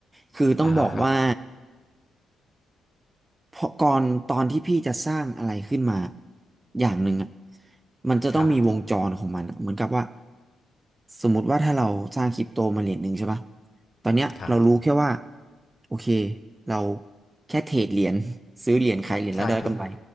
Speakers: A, on the right; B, on the left.
A: คือต้องบอกว่า
B: อ่าฮะครับ
A: เพราะก่อนตอนที่พี่จะสร้างอะไรขึ้นมาอย่างหนึ่งอ่ะมันจะต้องมีวงจรของมันอะเหมือนกับว่า
B: ครับ
A: สมมติว่าถ้าเราสร้างคริปโตมาเหรียญหนึ่งใช่ปะตอนเนี้ยเรารู้แค่ว่า
B: ครับ
A: โอเคเราแค่เทรดเหรียญ <laughs> ซื้อเหรียญขายเหรียญแล้วได้กำไร
B: ใช่ถูก